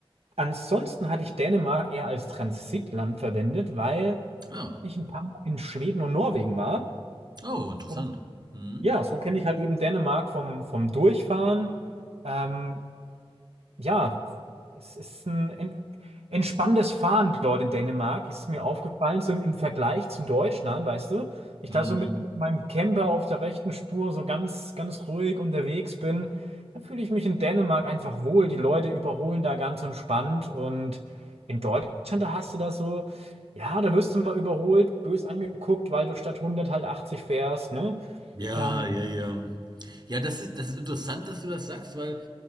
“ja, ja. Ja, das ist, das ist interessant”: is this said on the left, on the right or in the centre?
Right